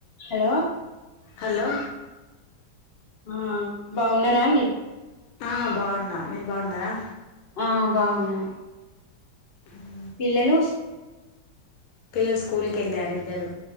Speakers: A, on the left; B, on the left.
A: Hello
B: hello
A: ఆ బాగున్నారా అండి
B: ఆ బాగున్నా మీరు బాగున్నారా
A: ఆ బాగున్నా
B: హ
A: ఇలో
B: పిల్లలు స్కూల్కి వెళ్ళారు ఇద్దరు